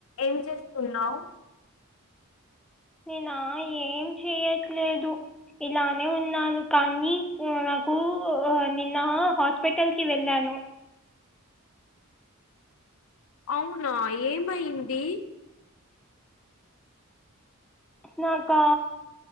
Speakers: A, on the left; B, in the centre.
A: ఏం చేస్తున్నావు
B: నేనా ఏం చెయ్యట్లేదు ఇలానే ఉన్నాను కానీ నాకు నిన్న హాస్పిటల్ కి వెళ్ళాను
A: అవునా ఏమయింది
B: నాకా